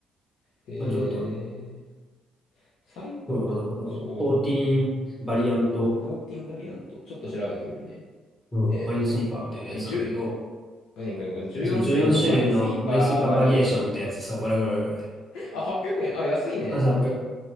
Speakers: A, on the left; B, on the left.
A: へえ、
B: まあ、ちょっと、
A: 最、
B: うん、あの、そう14バリアント、
A: そう、14バリアント。ちょっと調べてみるね。
B: うん、
A: えーっと、
B: マインスイーパーみたいなやつなんだけど、
A: え、1何これ、これ14種類のマインスイーパーバリエーション。
B: その14種類のマインスイーパーバリエーションってやつさ、これ、これ、
A: あ、800円。あ、安いね。
B: これさ